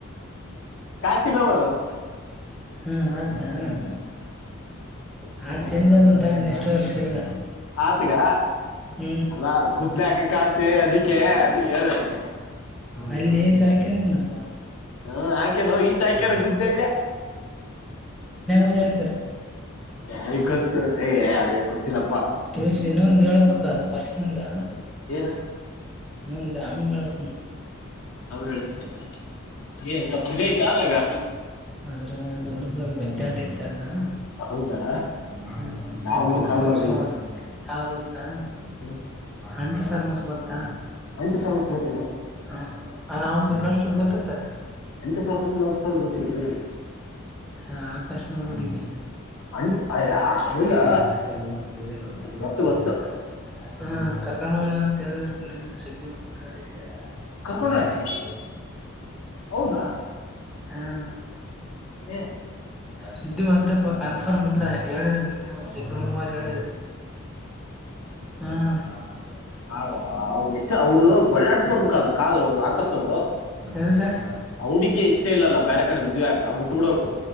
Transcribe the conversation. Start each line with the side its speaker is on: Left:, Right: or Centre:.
Left: ಕಶಿಲ ಅವರು <inaudible>
Centre: ಹಾ ಆಯತಾ <inaudible> ಆ ಚೇಂಜ್ ಆದ ಉಂಟಗ ಎಷ್ಟು ವರ್ಷ ಇಲ್ಲ <inaudible>
Left: ಆತ್ಗ
Centre: ಹ್ಮ್
Left: ಅಲ್ಲಾ ಕುದ್ಲಿಕಕ್ಕತಿ ಅದಕ್ಕೆ ಅದು ಹೇಳ್ದ <inaudible>
Centre: ಅಲ್ಲಿ ಏಸ ಹಕನೇನಪ್ಪ <inaudible>
Left: ಹ ಹಾಕೇನು ಈತ ಹಾಕ್ಯಾರ
Centre: ಮ
Left: ಗುದ್ಲೆ ಅಲ್ಲೇ ಹ್ಮ್
Centre: ಆಯಕ <inaudible>
Left: ಯಾರಿಗ್ ಗೊತ್ತು ಏ ಅದೇ ಗೊತ್ತಿಲ್ಲಪ್ಪಾ
Centre: ತುಸ ಇನ್ನೊಂದು ಹೇಳ್ಬೇಕ ಅದು ಪರ್ಸ್ನಲ್ <inaudible>
Left: ಏನು <inaudible>
Centre: ನಂದ ಆಿ ಕತ <inaudible>
Left: ಆಮೇಲೆ ಹೇಳ್ತೀಯ ಏನ್ ಸ್ವಲ್ಪ ಇದೈತಾ ಅದ್ರಾಗ
Centre: ಹದ್ರ <inaudible> ದೊಡ್ದ ಬೆತ್ತ ಆಟ ಇರ್ತದ
Left: ಹೌದಾ
Centre: <inaudible>
Left: ನಾರ್ಮಲ್ ಕಾಲ್
Centre: ಕಳ
Left: ಮಾಡ್ದೆ
Centre: <inaudible>
Left: ಈಗ
Centre: ಯಾವಾಗ ಗತ್ತಾ
Left: ಹ್ಮ್
Centre: ಅಂಟು ಸರ್ ಮಸ್ ಗತ್ತಾ <inaudible>
Left: ಅಂಟು ಸರ್ಮಸ್ ಗೊತ್ತು
Centre: ಹ ಅವಂದು ನಷ್ಟರ್ ಗೊತ್ತತ್ತಲ್ಲ <inaudible>
Left: ಎಂಟು ಸರಂ ಸುಲ ವಔಸ್ೋಡ್ ಗೊತ್ತಿಲ್ಲ ದೂರನ <inaudible>
Centre: ಹ ಆಕಾಶ ನರು ಹಡಿಗೆ <inaudible>
Left: ಅಂಟ್ ಅಯ್ಯ ಹೌದಾ
Centre: ಏ ಇಲ್ಲ ಆಚರದ ಫ್ರೀ ಇರ್ತದ ಎಲ್ಲ
Left: ಗೊತ್ತು
Centre: ಫ್ರೀ
Left: ಗೊತ್ತು
Centre: ಇರ್ತದೆ ಆಚ <inaudible> ಹಾ ಕರ್ಕೊಂಡ್ ಅಂತ ಹೇಳಿದ್ರ ನಿನ್ನ ಸಿದ್ಧಿಿವಂತ ಅ <inaudible>
Left: ಕರ್ಕೊಂಡ
Centre: ದಾಶನ
Left: ಹೋಗ್ಯಾನ
Centre: <inaudible>
Left: ಹೌದಾ
Centre: ಹ್ಮ
Left: ಏ
Centre: ಸುದ್ದಿ ಬಂತಪ್ಪ ಕನ್ಫರ್ಮ್ ಇಲ್ಲ ಹೇಳಿದ್ರ <inaudible> ಪ ಮಾತಡ ಹ <inaudible>
Left: ಹ ಎಷ್ಟು ಅವ್ರು ಕಾಡ್ <inaudible> ಡಾದ್ರರು ಕದು ಆಕಶ ಅವರು
Centre: ಎದಕ್ಕೆ?
Left: ಹಡ್ಿಗೆ ಇಷ್ಟ ಇಲ್ಲಾ
Centre: ಹ್ಮ್.
Left: ಬೇರೆ ಕಡೆ ಮದ್ೆ ಆಕಬಟ್ಟ <inaudible> ಬಿ ಬಿಡಕು